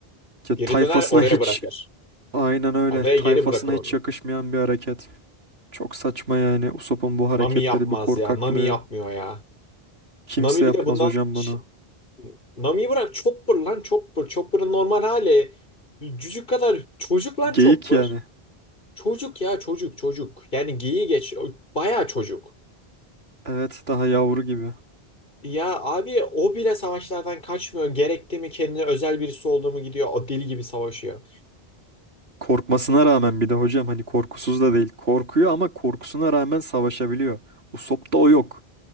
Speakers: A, on the right; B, on the left.
A: Ya
B: Geri
A: tayfasına
B: döner oraya
A: hiç
B: bırakır.
A: aynen öyle.
B: Adaya
A: Tayfasına
B: geri bırakır onu.
A: hiç yakışmayan bir hareket. Çok saçma yani Usopp'un bu
B: Nami
A: hareketleri,
B: yapmaz
A: bu korkaklığı.
B: ya. Nami yapmıyor ya.
A: Kimse
B: Nami
A: yapmaz
B: bir de bundan...
A: hocam
B: Ş-
A: bunu.
B: Nami'yi bırak Chopper lan Chopper. Chopper'ın normal hali. Cücük kadar çocuk lan
A: Geyik
B: Chopper.
A: yani.
B: Çocuk ya çocuk çocuk. Yani geyiği geç. o Bayağı çocuk.
A: Evet daha yavru gibi.
B: Ya abi o bile savaşlardan kaçmıyor. Gerekti mi kendine özel birisi olduğumu gidiyor. O deli gibi savaşıyor.
A: Korkmasına rağmen bir de hocam hani korkusuz da değil. Korkuyor ama korkusuna rağmen savaşabiliyor. Usopp'ta o yok.